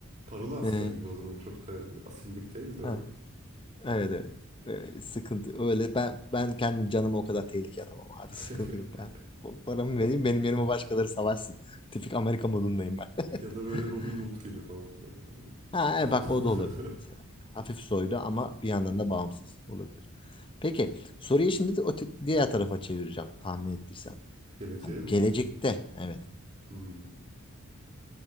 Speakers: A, on the right; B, on the left.
A: Paralı asker
B: Ee,
A: gibi o zaman çok da asillik değil de öyle.
B: ha, evet evet. Ee, sıkıntı öyle ben ben kendim canımı o kadar tehlikeye atamam abi
A: <laughs>
B: sıkıntı yok ben paramı vereyim benim yerime başkaları savaşsın <laughs> tipik Amerika modundayım ben
A: Ya da böyle
B: <laughs>
A: Robin Hood gibi falan böyle. hani.
B: Ha,
A: <laughs>
B: e, bak o da olabilir mesela. Hafif soylu ama bir yandan da bağımsız olabilir. Peki soruyu şimdi de o t- diğer tarafa çevireceğim tahmin ettiysen.
A: Geleceğe
B: Hani
A: mi?
B: gelecekte evet.
A: Hmm.